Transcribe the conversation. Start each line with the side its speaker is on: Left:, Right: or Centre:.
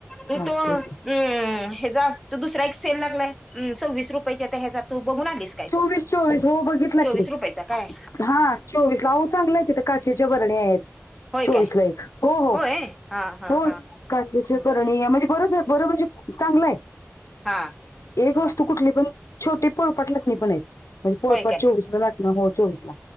Left: चालतंय
Centre: त तो हम्
Left: की.
Centre: ह्याचा तो दुसरा एक सेल लागलाय सव्वीस रुपयाचा तर ह्याचा तू बघून आलीस. काय
Left: चोवीस
Centre: तो
Left: चोवीस हो बघितलं
Centre: चोवीस
Left: की
Centre: रुपयाचा काय
Left: हा. चोवीस ला आओ चांगलाय तिथं काचेच्या भरण्या हाईत.
Centre: होय
Left: चोवीस
Centre: काय
Left: ला एक. हो, हो,
Centre: होय हा हा
Left: हो.
Centre: हा
Left: काचेचे
Centre: बर
Left: बरणी म्हणजे बरच हाय -- बर म्हणजे चांगलायं.
Centre: हा.
Left: एक
Centre: हा
Left: वस्तू कुठली पण छोटी पळपाट लाटनी पण आ हाईत. म्हणजे पोळपाट
Centre: होय काय
Left: चोवीसला लाटणं हो चोवीस ला.